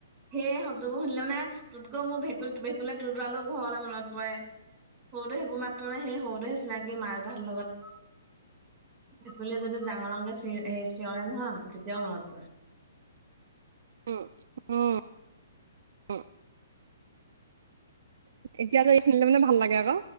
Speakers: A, on the right; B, on the right.
A: সেই শব্দবোৰ শুনিলে মানে তোৰতকৈ মোৰ ভেঁকুী ভেঁকুললে তোৰতৰালোও ঘৰলৈ মনত পৰে। সৰুটো সেইবোৰ মাত্ৰ নাই সেই সৰুটোহে চিনাকি মা দেউৰ লগত। সপুলীয়ে যদি জাঙৰাংকে চিঞ স চিঞৰে নহয় তেতিয়াও মনত পৰে।
B: উম উম উ। এতিয়াাত এই খুিনিলে মানে ভাল লাগে আকৌ।